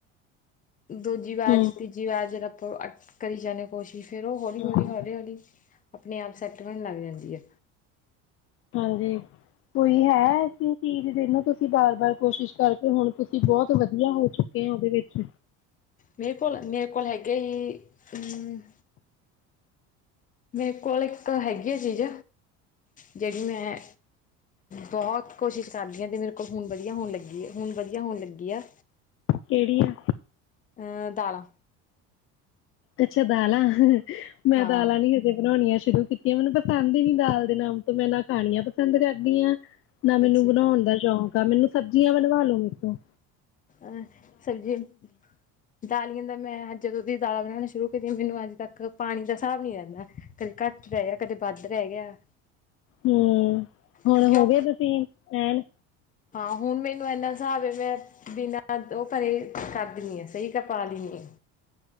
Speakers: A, on the left (about 25°); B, on the left (about 45°).
A: ਦੂਜੀ ਬਾਰ
B: ਹਮ
A: ਤੀਜੀ ਬਾਰ, ਅਟ ਕਰੀ ਜਾਣੇ ਕੋਸ਼ਿਸ਼, ਫੇਰ ਉਹ ਹੌਲੀ-ਹੌਲੀ-ਹੌਲੀ-ਹੌਲੀ,
B: ਹਾਂ
A: ਆਪਣੇ ਆਪ ਸੈੱਟ ਬਣਨ ਲੱਗ ਜਾਂਦੀ ਆ।
B: ਹਾਂਜੀ, ਕੋਈ ਹੈ ਚੀਜ਼ ਜਿਨੂੰ, ਤੁਸੀਂ ਬਾਰ ਬਾਰ ਕੋਸ਼ਿਸ਼ ਕਰਕੇ ਹੁਣ ਤੁਸੀਂ ਬਹੁਤ ਵਧੀਆ ਹੋ ਚੁੱਕੇ ਆ ਉਹਦੇ ਵਿੱਚ
A: ਮੇਰੇ ਕੋਲ ਮੇਰੇ ਕੋਲ ਹੈਗੇ ਜੀ ਅਮ, ਮੇਰੇ ਕੋਲ ਇੱਕ ਹੈਗੀ ਆ ਚੀਜ਼ ਜਿਹੜੀ ਮੈਂ ਬਹੁਤ ਕੋਸ਼ਿਸ਼ ਕਰਦੀ ਹਾਂ ਅਤੇ ਮੇਰੇ ਕੋਲ ਹੁਣ ਵਧੀਆ ਹੋਣ ਲੱਗੀ ਹੁਣ ਵਧੀਆ ਹੋਣ ਲੱਗੀ ਆ।
B: ਕਿਹੜੀ ਆ,
A: ਅਹ ਦਾਲਾਂ,
B: ਅੱਛਾ ਦਾਲਾਂ, ਮੈਂ
A: ਹਾਂ
B: ਦਾਲਾਂ ਨੀ ਹਜੇ ਬਣਾਣੀਆਂ। ਸ਼ੁਰੂ ਕੀਤੀਆਂ ਮੈਨੂੰ ਪਸੰਦ ਹੀ ਨੀ ਦਾਲ ਦੇ ਨਾਮ ਤੋਂ ਮੈਂ ਨਾ ਖਾਣੀਆਂ ਪਸੰਦ ਕਰਦੀ ਆ, ਨਾ ਮੈਨੂੰ
A: ਅੱਛਾ
B: ਬਣਾਣ ਦਾ ਸ਼ੌਂਕ ਆ ਮੈਨੂੰ ਸਬਜ਼ੀਆਂ ਬਣਵਾ ਲਓ। ਅੱਛਾ,
A: ਅਹ ਸਬਜ਼ੀਆਂ ਦਾਲੀਆਂ ਦਾ ਮੈਂ ਜਦੋਂ ਦੀ, ਦਾਲਾਂ ਬਣਾਣਾ ਸ਼ੁਰੂ ਕਰ ਮੈਨੂੰ ਅੱਜ ਤੱਕ ਪਾਣੀ ਦਾ ਹਿਸਾਬ ਨੀ ਰੈਦਾ ਕਦੇ ਘੱਟ ਰਹਿ ਗਿਆ ਕਦੇ ਵੱਧ ਰਹਿ ਗਿਆ।
B: ਹੂੰ, ਹੁਣ
A: ਕਿਉਂਕਿ
B: ਹੋਗੇ
A: ਔ
B: ਤੁਸੀਂ ਐਣ
A: ਹਾਂ ਹੁਣ ਮੈਨੂੰ ਇਨਾ ਹਿਸਾਬ ਹੈ ਮੈਂ ਬਿਨਾਂ ਉਹ ਘਰੇ ਕਰ ਦਿੰਣੀ ਆ ਸਹੀ ਕਰ ਪਾ ਲਣੀ ਆ।